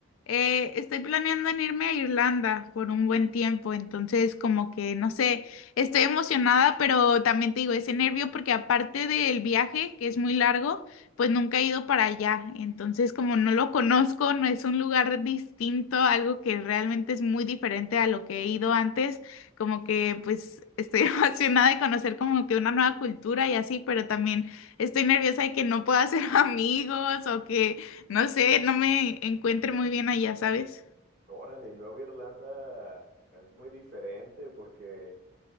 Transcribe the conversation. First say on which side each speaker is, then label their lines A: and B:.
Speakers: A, on the left (about 75°); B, on the right (about 45°).
A: Eh, estoy planeando en irme a Irlanda por un buen tiempo, entonces como que no sé, estoy emocionada, pero también te digo, ese nervio porque aparte del viaje, que es muy largo, pues nunca he ido para allá, entonces como no lo conozco, no es un lugar distinto, algo que realmente es muy diferente a lo que he ido antes, como que pues estoy <laughs> emocionada de conocer como que una nueva cultura y así, pero también estoy nerviosa de que no pueda hacer <laughs> amigos o que no sé, no me encuentre muy bien allá, ¿sabes?
B: Órale, y luego Irlanda es muy diferente porque,